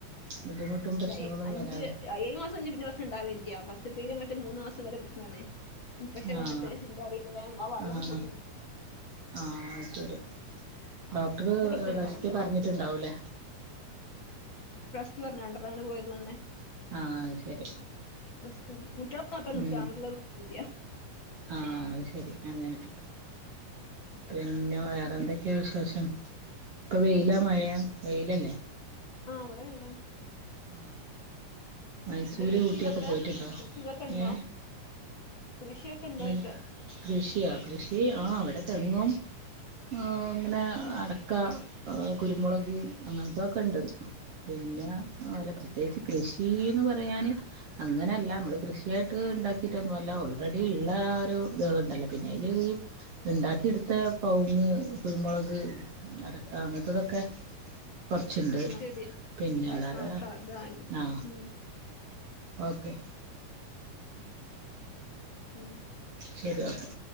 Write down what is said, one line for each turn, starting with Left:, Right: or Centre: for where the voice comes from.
Right: ബുദ്ധിമുട്ടും പ്രശ്നങ്ങളൊന്നും
Left: ല്ലയ് അഞ്ച്
Right: വരാതെ
Left: ഏഴു മാസം കഴിഞ്ഞാ പിന്നെ ഒരു പ്രശ്‌നം ഇണ്ടാവലില്ല. ഫസ് ഫസ്റ്റ്ത്തേനിങ്ങട്ട് മൂന്ന്മാസം വരെ പ്രശ്നാണ്. ഇൻഫെക്ഷൻ
Right: ആഹ്
Left: വന്നിട്ട് എന്താ <unintelligible> വേ ആ വെള്ളംണ്ട്
Right: ആഹ്
Left: പൊട്ടി
Right: ആഹ് അത് ശരി. ഡോക്ടറ്
Left: പിന്നെ പ്രശ്നം ഉണ്ടാവില്ല
Right: റശ്റ്റ് പറഞ്ഞിട്ടുണ്ടാവൂല്ലേ.
Left: റ്റ് പറഞ്ഞ് രണ്ടർണം അങ്ങനെ പോയതോണ്ട്.
Right: ആ അഹ് ശരി.
Left: <unintelligible> ങ്കുട്ട്യള മാത്ര നിർത്ത
Right: ഉം
Left: ആങ്കുട്ട്യള നിർത്തൊന്നുല്ല്യ
Right: ആഹ് അത് ശരി അങ്ങനെ പിന്നെ വേറെന്തക്കെ വിശേഷം? ഇപ്പൊ
Left: പിന്നെന്തൊക്കെ
Right: വെയിലാ മഴയാ വെയിലല്ലേ.
Left: ആ വ്ടെ വെയിലാണ്.
Right: ആ മൈസൂര്
Left: പിന്നെ കൃഷി
Right: ഊട്ടിയൊക്കെ
Left: ഇതൊക്കെ
Right: പോയിട്ടുണ്ടോ?
Left: കൃഷി ഇതൊക്കെ ഉണ്ടോ
Right: ഏ
Left: കൃഷിയൊക്കെ ഉണ്ടോ
Right: ങ്ങനെ
Left: ഇക്ക
Right: കൃഷിയാ കൃഷി
Left: ഉം.
Right: ആ ഇവടെ തെങ്ങും ആ ഇങ്ങനെ അടക്ക കുരുമുളക് അങ്ങൻത്തൊക്കെണ്ട്. പിന്നെ
Left: ഉം.
Right: ആലപ പ്രത്യേകിച്ച് കൃഷിന്ന് പറയാന് അങ്ങനെയല്ല മ്മള് കൃഷിയായിട്ട് ഇണ്ടാക്കിട്ടൊന്നൊല്ല ഓൾറെഡി ഇള്ള ഒരു ഇതാളുണ്ടല്ലോ പിന്നെ അയില് ഈ ഇണ്ടാക്കിട്ത്ത കവുങ്ങ് കുരുമുളക് അടക്ക അങ്ങനത്തതൊക്കെ കുറച്ചുണ്ട്
Left: എന്നാ ശരി
Right: പിന്നെല്ലാതെ
Left: ക- കണക്കാ ഇതാണ്
Right: ആ
Left: ഉം
Right: ഓക്കെ
Left: ഉം
Right: ശരി ഓക്കെ.